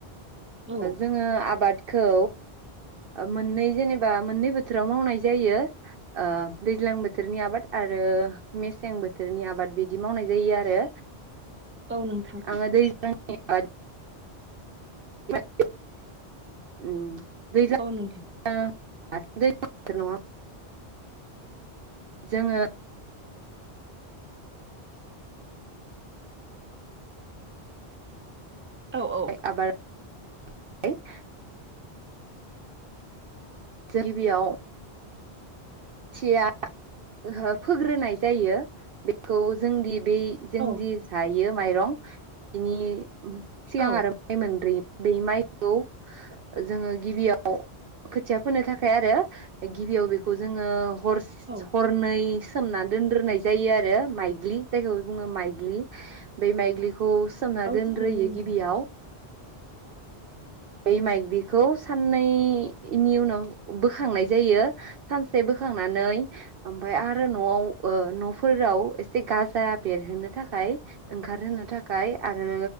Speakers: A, on the right; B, on the right.
A: औ
B: जोङो आबादखौ मोननै जेनेबा मोननै बोथोराव मावनाय जायो दैज्लां बोथोरनि आबाद आरो मेसें बोथोरनि आबाद बिदि मावनाय जायो आरो
A: औ नों
B: आङो दैज्लांनि <unintelligible> ओ दै
A: औ नोंथां
B: <unintelligible> जोङो
A: औ औ
B: माइ आबाद <unintelligible> गिबियाव थिया ओ फोग्रोनाय जायो बेखौ जोंदि बे जोंदि
A: औ
B: जायो माइरं बिनि सिगां
A: औ
B: आरो माइ मोनग्रोयो बे माइखौ जोङो गिबियाव खोथिया फोनो थाखाय आरो गिबियाव बेखौ जोङो हर्स
A: औ
B: हरनै सोमनानै दोनग्रोनाय जायो आरो माइग्लि जायखौ बुङो माइग्लि बै माइग्लिखौ सोमना
A: औ
B: दोनग्रोयो
A: थारैनो नोंथां
B: गिबियाव बै माइग्लिखौ साननैनि उनाव बोखांनाय जायो सानसे बोखांनानै ओमफ्राय आरो न'आव न'फोराव एसे गाजा बेरहोनो थाखाय ओंखारहोनो थाखाय आरो